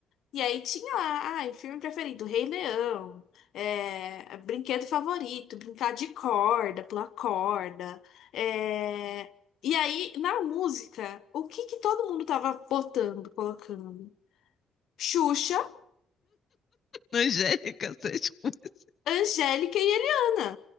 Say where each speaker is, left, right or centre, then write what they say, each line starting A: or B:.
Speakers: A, on the left; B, on the left.
A: E aí tinha lá, ai, filme preferido, Rei Leão, é, brinquedo favorito, brincar de corda, pular corda. é, E aí, na música, o que que todo mundo tava botando, colocando? Xuxa,
B: Angélica, essas coisas.
A: Angélica e Eliana,